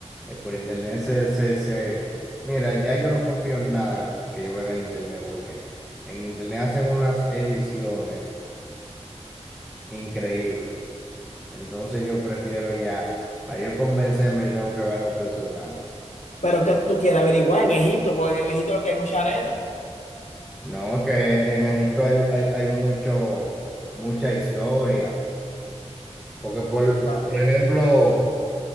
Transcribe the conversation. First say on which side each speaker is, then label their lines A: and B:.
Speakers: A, in the centre; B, on the left.
A: eh, por internet se, se, se- mira, ya yo no confío en nada que yo vea en el internet, porque en internet hacen unas ediciones increíbles. Entonces yo prefiero ya, para yo convencerme, yo tengo que ver algo personal.
B: Pero que tú quieras averiguar en Egipto, porque en Egipto lo que hay es mucha arena.
A: No, que en Egipto hay, hay, hay mucho, mucha historia. Porque, por,
B: Ajá.
A: por ejemplo,